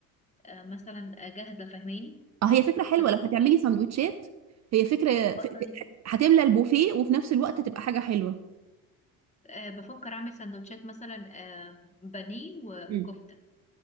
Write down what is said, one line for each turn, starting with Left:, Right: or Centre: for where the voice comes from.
Left: آه مثلا آه، جاهزة فاهماني
Right: اه هي فكره حلوه
Left: سندوتشات.
Right: لو هتعملي سندوتشات هي فكره
Left: اصلا
Right: ف- هتملى البوفيه وفي نفس الوقت هتبقى حاجه حلوه
Left: آه بفكر اعمل سندوتشات مثلا آه بانيه و-
Right: مم.
Left: وكفتة